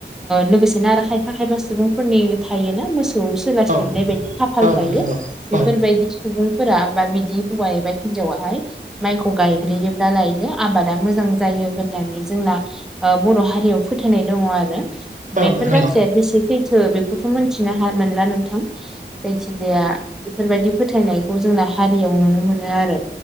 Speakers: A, in the centre; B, on the right (about 45°).
A: लोगोसे न आरो खायफा खायफा सुबुंफोरनि थायोोना मोसौ आव सोलाायसलिबनाय
B: औ
A: बायदि खाफाल
B: औ
A: थायो
B: नोंथां औ
A: बेफोरबायदि
B: औ
A: सुबुंफोरा बा बिदि हौवा एबा हिनजावाहाय माइखौ गायग्रोयोब्लालायनो आबादा मोजां जायो होननानै जोंना बर' हारियाव फोथायनाय दङ आरो
B: औ
A: बेफोर
B: नोंथां
A: बाथ्राया बेसे सैथो बेखौथ' मोनथिनो ह मोनला नोंथां जायखिजाया बेफोरबायदि फोथायनायखौ जोंना हारियाव नुनो मोनो आरो